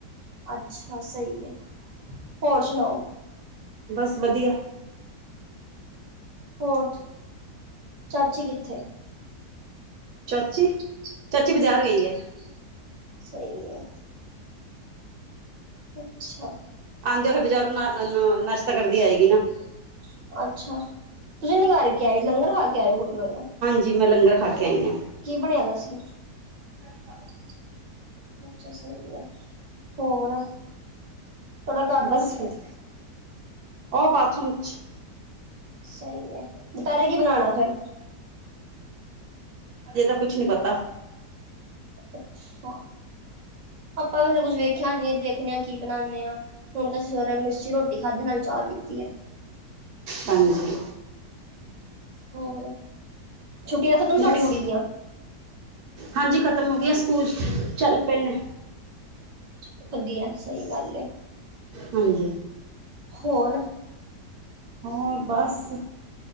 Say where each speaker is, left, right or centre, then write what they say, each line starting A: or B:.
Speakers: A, on the right (about 35°); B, on the right (about 65°).
A: ਅੱਛਾ ਸਈ ਐ ਹੋਰ ਸੁਣਾਓ?
B: ਬਸ ਵਧੀਆ।
A: ਹੋਰ ਚਾਚੀ ਕਿੱਥੇ?
B: ਚਾਚੀ
A: ਚਾਚੀ-ਚਾਚੀ
B: ਚਾਚੀ ਬਾਜ਼ਾਰ
A: ਬਾਜਾਰ ਗਈ
B: ਹੈ
A: ਐ ਸਈ ਏ। ਅੱਛਾ।
B: ਆਉਂਦੇ
A: ਆਂਦੇ ਹੋਏ
B: ਬਾਜ਼ਾਰੋਂ
A: ਬਜਾਰੋਂ
B: ਨਾ
A: <unintelligible> ਨਸਤਾ
B: ਨਾਸ਼ਤਾ
A: ਕਰਕੇ
B: ਕਰਦੀ ਆਏਗੀ
A: ਆਏ ਗੀ
B: ਨਾ
A: ਨਾ ਅੱਛਾ। ਤੁਸੀਂ ਨਿਗਾਰ ਕੇ ਆਏ ਲੰਗਰ ਖਾ ਕੇ ਆਇਓ ਗੁਰਦੁਆਰੇ <unintelligible>
B: ਜੀ ਮੈਂ ਲੰਗਰ ਖਾ ਕੇ ਆਈ ਆ।
A: ਕੀ ਬਣਿਆ ਦਾ ਸੀ? ਕੜੀ ਚਾਵਲ। ਅੱਛਾ ਸਈ ਐ ਹੋਰ? ਤੁਹਾਡਾ ਘਰ ਆਲਾ
B: ਬਸ
A: ਕਿੱਥੇ?
B: ਵਧ ਓ ਬਾਥਰੂਮ 'ਚ
A: ਸਈ ਐ ਦੁਪੈਰੇ ਕੀ ਬਣਾਣਾ ਫਿਰ? ਹਜੇ ਤਾਂ ਕੁੱਛ
B: ਕੁਛ
A: ਨੀ
B: ਨਹੀਂ ਪਤਾ
A: ਪਤਾ ਅੱਛਾ। ਆਪਾਂ ਵੀ ਹਲੇ ਕੁੱਝ ਵੇਖਿਆ ਨੀ ਦੇਖਨੇ ਆ ਕੀ ਬਣਾਨੇ ਆ। ਹੁਣ ਤਾ ਅਸੀ ਸਵੇਰੇ ਮੀਸੀ ਰੋਟੀ ਖਾਧੀ ਨਾਲੇ ਚਾਹ ਪੀਤੀ ਐ।
B: ਹਾਂਜੀ।
A: ਹੋਰ ਛੁੱਟੀਆਂ ਖਤਮ ਤੁਹਾਡੀ
B: ਬਸ
A: ਕੁੜੀ ਦੀਆ?
B: ਹਾਂਜੀ ਖਤਮ ਹੋ ਗੀਆਂ ਸਕੂਲ ਚੱਲ ਪੇ ਨੇ।
A: ਚ ਵਧੀਐ ਸਈ ਗੱਲ ਏ।
B: ਹਾਂਜੀ।
A: ਹੋਰ।
B: ਹੋਰ ਬਸ